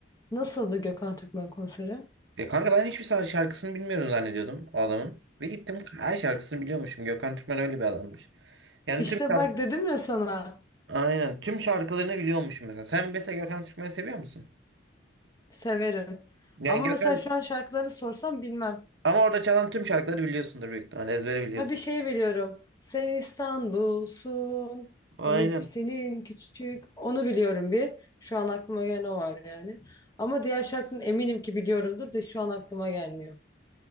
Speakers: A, on the left; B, on the right.
A: Nasıldı Gökhan Türkmen konseri?
B: Ya kanka ben hiçbir sa- şarkısını bilmiyorum zannediyordum o adamın. Ve gittim her şarkısını biliyormuşum. Gökhan Türkmen öyle bir adammış. Yani
A: İşte
B: tüm şarkı,
A: bak dedim ya sana.
B: aynen tüm şarkılarını biliyormuşum mesela. Sen mesela Gökhan Türkmen'i seviyor musun?
A: Severim.
B: Yani
A: Ama
B: Gökhan
A: mesela şu an şarkılarını sorsam bilmem.
B: ama orada çalan tüm şarkıları biliyorsundur büyük ihtimalle ezbere biliyorsun.
A: Ha bir şey biliyorum. Sen İstanbul'sun.
B: Aynen.
A: Hani senin küçük. Onu biliyorum bir. Şu an aklıma gelen o var yani. Ama diğer şarkının eminim ki biliyorumdur da şu an aklıma gelmiyor.